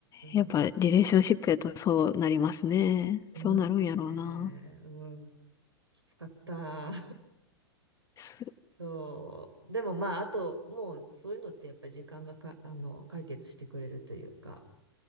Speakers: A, on the left; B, on the right.
A: やっぱリレーションシップやとそうなりますね。
B: うん。ありますね。
A: そうなるんやろうな。
B: うん、きつかった。
A: す
B: そう。でもまあ、あと、もうそういうのってやっぱり時間がか、あの、解決してくれるというか、